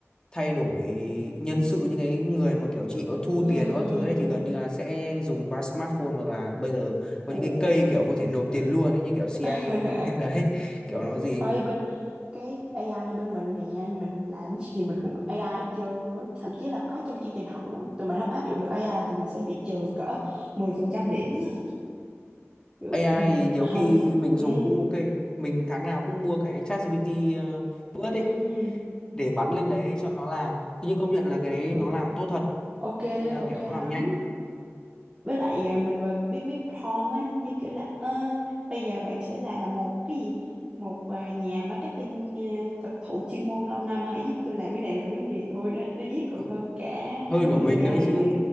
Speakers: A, on the left; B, on the right.
A: thay đổi nhân sự những cái người mà kiểu chỉ có thu
B: ừ
A: tiền đó
B: ừ
A: thứ ấy thì
B: ừ
A: gần như là sẽ dùng qua smartphone hoặc là bây giờ có những
B: ủa
A: cái cây kiểu có thể nộp tiền luôn ấy như kiểu CIM
B: <laughs>
A: ấy. <laughs> Đấy, kiểu nó gì
B: ơi bên cái AI bên mình nè mình làm gì mình cũng AI hết trơn luôn á thậm chí là có trong chương trình học nữa tụi mình không áp dụng được AI là tụi mình sẽ bị trừ cỡ 10% điểm á Kiểu,
A: AI
B: ừ,
A: thì nhiều
B: hầu
A: khi
B: như
A: mình
B: ừ,
A: dùng cũng ok. Mình tháng nào cũng mua cái ChatGPT uh, Plus ấy
B: ừ,
A: để bắn lên đấy cho nó làm. Nhưng công nhận là cái đấy
B: ừ,
A: nó làm tốt thật,
B: ok
A: là
B: ok
A: kiểu
B: lắm
A: nó làm nhanh.
B: với lại à, mình mà biết viết prompt á như kiểu là "Ờ, bây giờ bạn sẽ là một cái gì một à, nhà marketing à, thực thụ chuyên môn lâu năm hãy giúp tôi làm cái này làm cái này ôi nó, nó viết còn
A: Ừ.
B: hơn cả
A: hơn
B: mấy
A: của mình
B: người
A: nữa
B: ấy
A: chứ
B: nữa